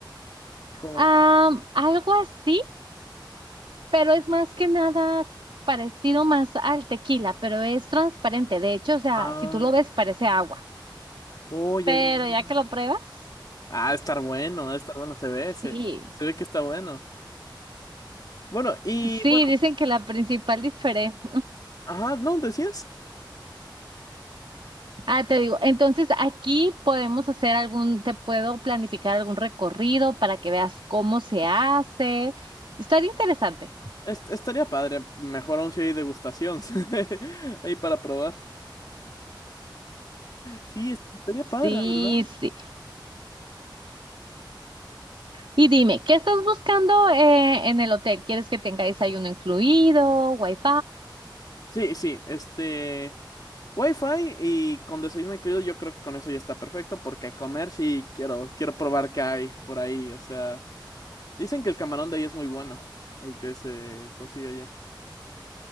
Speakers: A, on the left; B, on the right.
A: como
B: Am, algo así. pero es más que nada parecido más al tequila, pero es transparente. De hecho, o sea,
A: Ah,
B: si tú lo ves, parece agua.
A: oh, ya,
B: Pero
A: ya, ya.
B: ya que lo pruebas,
A: Ah, ha de estar bueno, ha de estar bueno, se ve, se,
B: Sí.
A: se ve que está bueno. Bueno, y
B: Sí,
A: bueno,
B: dicen que la principal diferencia.
A: ajá, no, decías,
B: Ah, te digo, entonces aquí podemos hacer algún, te puedo planificar algún recorrido para que veas cómo se hace. Estaría interesante.
A: Est- estaría padre, mejor aún si hay degustación <laughs> ahí para probar. Sí, est- estaría padre,
B: Sí,
A: la ¿verdad?
B: sí. Y dime, ¿qué estás buscando eh, en el hotel? ¿Quieres que tenga desayuno incluido, wifi?
A: Sí, sí, este, Wi-Fi y con desayuno incluido, yo creo que con eso ya está perfecto, porque a comer sí quiero, quiero probar qué hay por ahí, o sea, dicen que el camarón de ahí es muy bueno, <laughs> el que se consigue allá.